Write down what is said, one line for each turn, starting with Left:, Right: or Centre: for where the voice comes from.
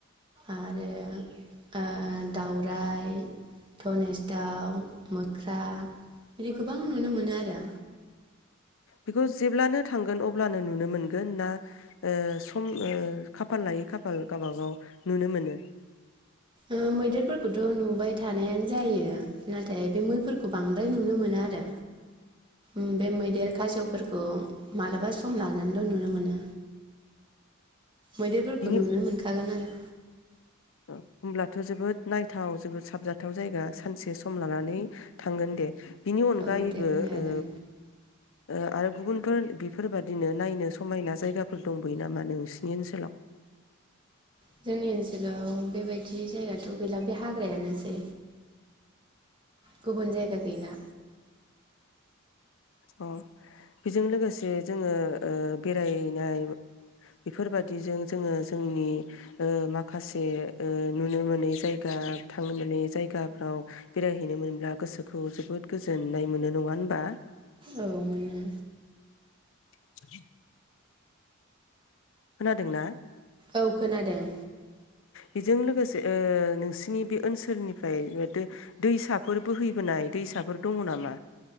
Right: आरो ओ दाउरायाइ धनेस दाउ मोख्रा बिदि गोबां नुनो मोनो आरो।
Left: बेखौ जेब्लानो थांगोन अब्लानो नुनो मोनगोन ना ओ सम ओ खाफाल लायै खाफाल गावबागाव नुनो मोनो?
Right: ओ मैदेरफोर खथ' नु बाय थानायानो जायो नाथाय बे मैफोरखौ बांद्राय नुनो मोना आरो। उम बे मैदेर खासेवफोरखौ मालाबा सम लानानैल' नुनो मोनो। मैदेरफोरखौ
Left: बिनि
Right: नुनो मोनखागोन आरो।
Left: होमब्लाथ' जोबोद नायथाव जोबोद साबजाथाव जायगा सानसे सम लानानै थांगोन दे। बिनि अनगायैबो
Right: औ दे फैनो हागोन
Left: ओ ओ आरो गुबुनफोर बेफोरबादिनो नायनो समायना जायगाफोर दंबोयो नामा नोंसिनि ओनसोलाव?
Right: जोंनि ओनसोलाव बेबायदि जायगाथ' गैला बे हाग्रायानोसै गुबुन जायगा गैला।
Left: अ। बेजों लोगोसे जोङो ओ बेरायनाय बेफोरबादिजों जोङो जोंनि ओ माखासे ओ नुनो मोनै जायगा थांनो मोनै जायगाफ्राव बेरायहैनो मोन्ला गोसोखौ जोबोद गोजोननाय मोनो नङा होनबा?
Right: औ मोनो।
Left: <inaudible> खोनादों ना?
Right: औ खोनादों
Left: बेजों लोगोस ओ नोंसिनि बे ओनसोलनिफ्राय दैसाफोर बोहैबोनाय दैसाफोर दङ नामा?